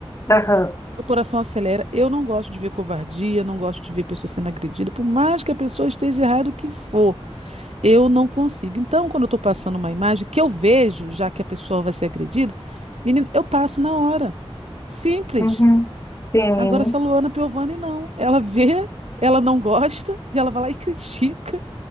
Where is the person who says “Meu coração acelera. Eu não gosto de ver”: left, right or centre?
Right